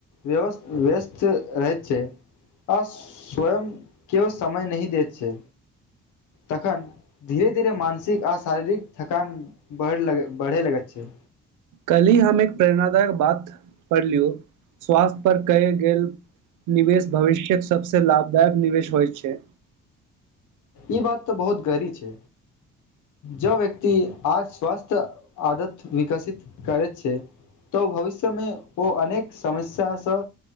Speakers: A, on the left; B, on the right.
A: व्यस् व्यस््त रहै छै आ स्वयं केव समय नही देत छै तखन धीरे धीरे मानसिक आ शारीरिक थकान बढ़े लग छै ह
B: कली हम एक प्रेरणादायक बात पढ़लियौ स्वास्थ पर कय गेल निवेश भविष्य्यक सबस लाभदायक निवेश होइ छै
A: ई बात तऽ बहुत गहरी छै ज व्यक्ति आ स्वस्थ्य आदत विकसित करै छै तऽ भविष्यमे ओ अनेक समस्यासँ